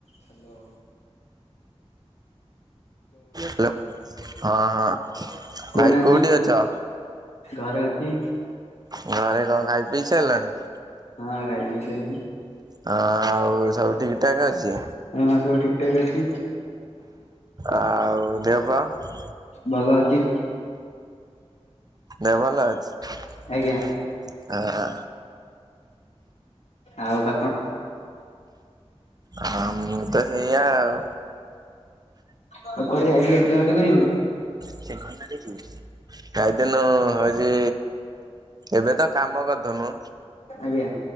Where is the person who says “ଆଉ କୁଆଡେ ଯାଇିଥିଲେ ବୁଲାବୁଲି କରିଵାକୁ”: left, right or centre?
Left